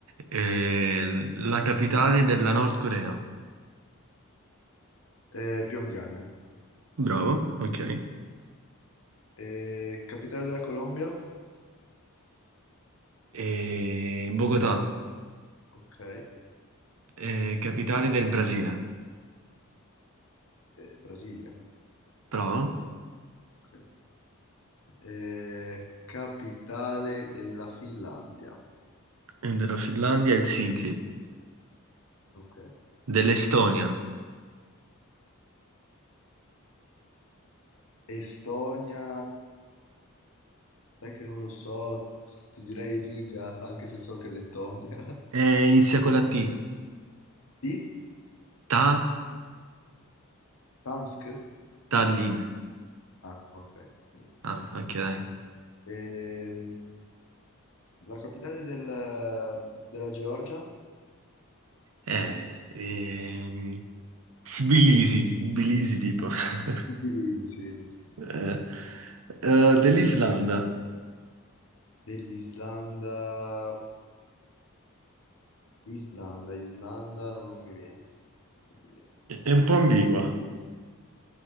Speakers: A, on the right; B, on the left.
A: Eh, la capitale della Nord Corea.
B: è. Eh, Pyongyang.
A: Bravo, ok.
B: Eh, capitale della Colombia?
A: Eh, Bogotà,
B: Ok.
A: eh, capitale del Brasile.
B: Eh, Brasilia,
A: Bravo.
B: ok. Eh, capitale della Finlandia,
A: E della Finlandia, Helsinki.
B: ok.
A: Dell'Estonia.
B: Estonia, sai che non lo so, ti direi Riga, anche se so che è Lettonia. <laughs>
A: Eh, inizia con la T.
B: Di?
A: Ta,
B: Tansk?
A: Tallinn.
B: Ah, ok, niente.
A: Ah, ok, dai.
B: Ehm, la capitale del- della Georgia?
A: Eh, ehm, Tbilisi, Tbilisi tipo. <laughs>
B: Tbilisi, sì, giusto.
A: Eh, eh, dell'Islanda.
B: Dell'Islanda, Islanda, Islanda, no, non mi viene, non mi viene.
A: È un po' ambigua.